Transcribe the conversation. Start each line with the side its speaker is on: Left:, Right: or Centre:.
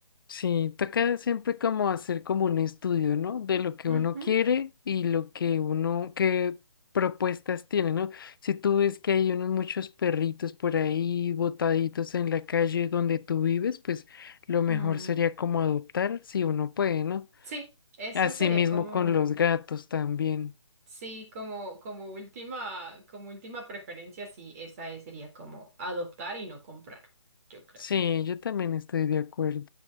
Left: sí, toca siempre como hacer como un estudio, ¿no? De lo que uno
Right: Ujú.
Left: quiere y lo que uno, qué propuestas tiene, ¿no? Si tú ves que hay unos muchos perritos por ahí botaditos en la calle donde tú vives, pues lo mejor
Right: Mm,
Left: sería como adoptar si uno puede, ¿no?
Right: Sí, eso
Left: Asimismo
Right: sería como...
Left: con los gatos también.
Right: Sí, como, como última, como última preferencia, sí, esa es- sería como adoptar y no comprar, yo creo.
Left: Sí, yo también estoy de acuerdo.